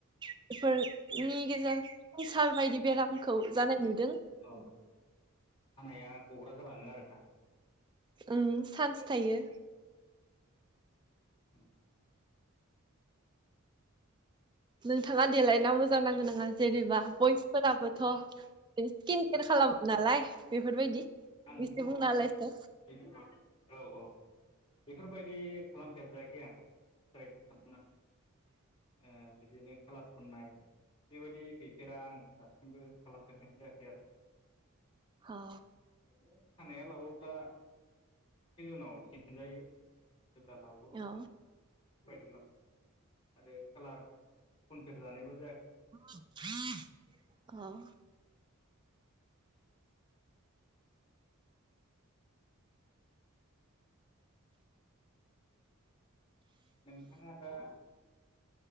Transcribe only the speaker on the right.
बेफोरनि गेजेर केन्सार बायदि बेरामखौ जानाय नुदों।
ओं चान्स थायो
नोंथांङा देलायना मो जां नांङो नाङा जेनेबा बयसफोराबोथ स्किन केयार खालामो नालाय बेफोरबायदि
एसे बुंना होलायसाय
औ
औ
<unintelligible> औ